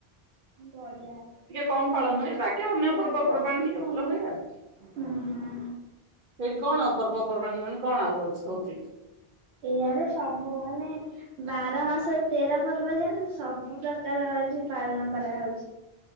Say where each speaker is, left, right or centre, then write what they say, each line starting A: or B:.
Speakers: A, on the right; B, on the right.
A: ବଢିଆ ହେଇଛି।
B: କମ ପାଳନ ଏ ବାକି ଅନ୍ୟ ପର୍ବପର୍ବାଣି ଟିକେ ଭଲ ହୁଏ ଆଉ
A: ହୁଁ ହୁଁ।
B: ସେଇଠି କଣ ଆଉ ପର୍ବପର୍ବାଣି ମାନେ କଣ ଆଉ ଅ ହଉଛି?
A: ଇଆଡେ ସବୁ ମାନେ ବାର ମାସ ତେର ପର୍ବ ଯେମତି ସବୁ <inaudible> ପ୍ରକାର ଏଇଠି ପାଳନ କରାହେଉଛି।